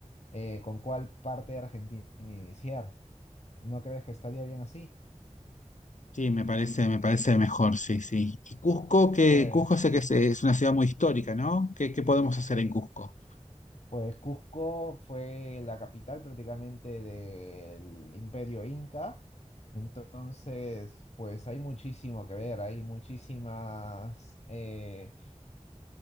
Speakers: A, on the left; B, on the left.
A: eh, con cuál parte de Argentina iniciar. ¿No crees que estaría bien así?
B: Sí, me parece, me parece mejor, sí, sí. Y Cusco, que
A: Pues,
B: Cusco sé que es, es una ciudad muy histórica, ¿no? ¿Qué, qué podemos hacer en Cusco?
A: pues Cusco fue la capital prácticamente del Imperio Inca. Entonces, pues hay muchísimo que ver, hay muchísimas eh,